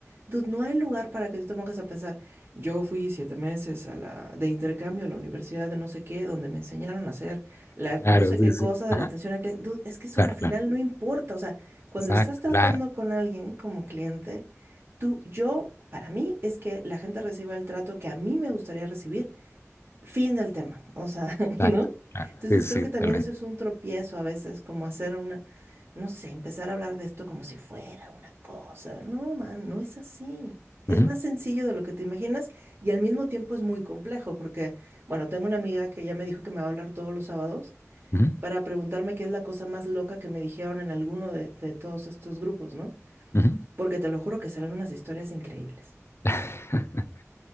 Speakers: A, on the right; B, on the left.
A: dude, no hay lugar para que tú te pongas a pensar, yo fui siete meses a la, de intercambio a la universidad de no sé qué, donde me enseñaron a hacer la
B: sí, claro,
A: no sé
B: sí,
A: qué cosa
B: sí.
A: de
B: Ajá,
A: la atención al cliente. Dude, es que eso
B: claro,
A: al final
B: claro.
A: no importa. O sea, cuando
B: Exacto,
A: estás tratando
B: claro,
A: con alguien como cliente, tú, yo, para mí, es que la gente reciba el trato que a mí me gustaría recibir Fin del tema, o sea, <laughs>
B: exacto,
A: ¿no?
B: claro.
A: Entonces
B: Sí, sí,
A: creo que
B: sí,
A: también
B: tal vez.
A: eso es un tropiezo a veces, como hacer una, no sé, empezar a hablar de esto como si fuera una cosa. No, man, no es así. Es
B: Ujú,
A: más sencillo de lo que te imaginas y al mismo tiempo es muy complejo porque, bueno, tengo una amiga que ya me dijo que me va a hablar todos los sábados
B: ujú,
A: para preguntarme qué es la cosa más loca que me dijeron en alguno de, de todos estos grupos, ¿no?
B: ujú.
A: Porque te lo juro que serán unas historias increíbles.
B: <laughs>